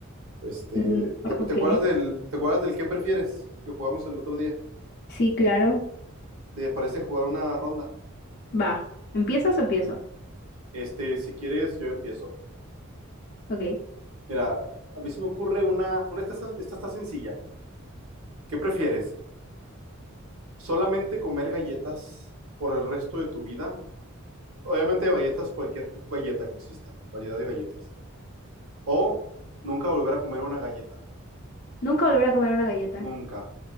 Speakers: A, on the right (about 80°); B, on the left (about 50°).
A: Este,
B: Mm,
A: ¿te, te
B: ok,
A: acuerdas del te acuerdas del qué prefieres que jugamos el otro día?
B: sí, claro.
A: ¿Te parece jugar una ronda?
B: Va, ¿empiezas o empiezo?
A: Este, si quieres yo empiezo.
B: Ok.
A: Mira, a mí se me ocurre una una esta está esta está sencilla. ¿Qué prefieres? solamente comer galletas por el resto de tu vida. Obviamente galletas, cualquier cu- galleta que exista, variedad de galletas. O nunca volver a comer una galleta.
B: Nunca volver a comer una galleta.
A: Nunca.